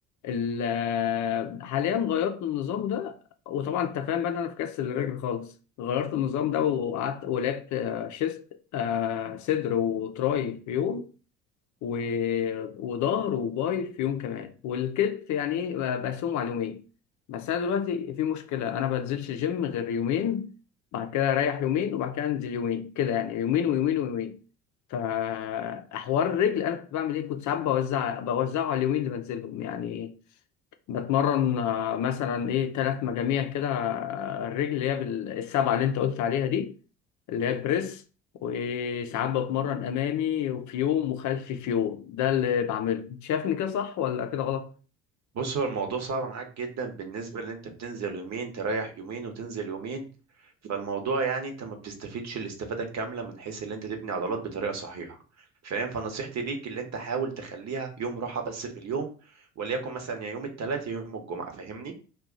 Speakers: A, on the left; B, on the right.
A: ال- حاليا غيرت النظام ده وطبعا انت فاهم بقى ان انا في كاس الرجل خالص غيرت النظام ده وقعدت ولعبت آه، شيست آه، صدر وتراي في يوم و... وظهر وباي في يوم كمان والكتف يعني ايه ب- بقسمه على يومين بس انا دلوقتي في مشكله انا ما بنزلش جيم غير يومين بعد كده اريح يومين وبعد كده انزل يومين كده يعني يومين ويومين ويومين فحوار الرجل انا كنت بعمل ايه كنت ساعات بوزع بوزعه على اليومين اللي بنزلهم يعني بتمرن آه، مثلا ايه ثلاث مجاميع كده آه، الرجل اللي هي بالسبعه اللي انت قلت عليها دي اللي هي البريس وساعات بتمرن امامي وفي يوم وخلفي في يوم ده اللي بعمله انت شايف ان كده صح ولا كده غلط
B: بص هو الموضوع صعب معاك جدا بالنسبة ان انت بتنزل يومين تريح يومين وتنزل يومين فالموضوع يعني انت ما بتستفيدش الاستفادة الكاملة من حيث ان انت تبني عضلات بطريقة صحيحة فاهم فنصيحتي ليك اللي انت حاول تخليها يوم راحة بس في اليوم وليكن مثلا يا يوم الثلاث يا يوم الجمعة فاهمني